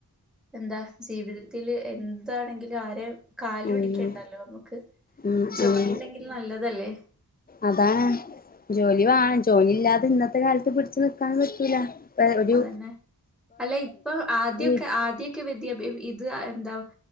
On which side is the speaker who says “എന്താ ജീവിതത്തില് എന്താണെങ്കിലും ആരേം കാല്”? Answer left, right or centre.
Centre